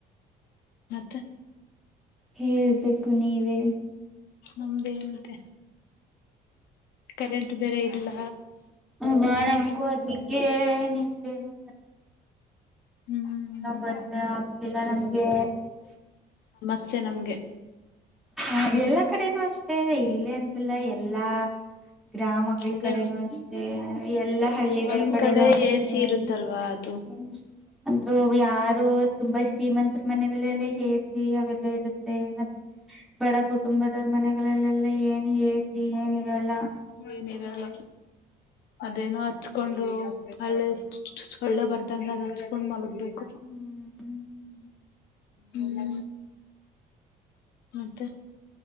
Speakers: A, on the left; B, in the centre.
A: ಮತ್ತೆ
B: ಹೇಳಬೇಕು ನೀವೇ
A: ನಮ್ದೇ ಅಂತೆ ಕರೆಂಟ್ ಬೇರೆ ಇಲ್ಲ.
B: ಅವಾಗ
A: ಪವರ್
B: ನಮ್ಗೂ ಅದಕ್ಕೆ ನಿದ್ದೇನು.
A: ಹ್ಮ್
B: ಏನ ಗೊತ್ತ ಆಗ್ಲಿಲ್ಲ ನಮ್ಗೆ
A: ಹಿಂಸೆ ನಮ್ಗೆ
B: ಹ ಎಲ್ಲಾ ಕಡೆನೂ ಅಷ್ಟೇ ಇಲ್ಲೇ ಅಂತಲ್ಲ ಎಲ್ಲಾ ಗ್ರಾಮಗಳ
A: ಅಂದ್ರೆ
B: ಕಡೆನೂ ಅಷ್ಟೇ ಎಲ್ಲಾ ಹಳ್ಳಿಗಳ
A: ಒಂದ್
B: ಕಡೆನೂ
A: ಕಡೆ
B: ಅಷ್ಟೇ.
A: ಎ ಸಿ
B: <inaudible>
A: ಇರುತ್ತಲ್ವಾ ಅದು
B: ಅಂದ್ರು ಯಾರು ತುಂಬಾ ಶ್ರೀಮಂತರ ಮನಲ್ಲೆಲ್ಲ ಹೇಗಿ ಅವೆಲ್ಲ ಇ ಮತ್ತೆ ಬಡ ಕುಟುಂಬದವ್ರ ಮನೆಗಳಲ್ಲೆಲ್ಲ ಏನ್ ಎ ಸಿ ಏನೀರಲ್ಲ.
A: ರ ಅದೇನೋ ಹಚ್ಕೊಂಡು ಹಳ್ಳೆ ಚುಚ್ಕಳೊಬರ್ದು. ಗ ಅದ ಹಚ್ಕೊಂಡ್ ಮಲಗ್ಬೇಕು.
B: ಹ್ಮ್
A: ಹೂ ಮತ್ತೆ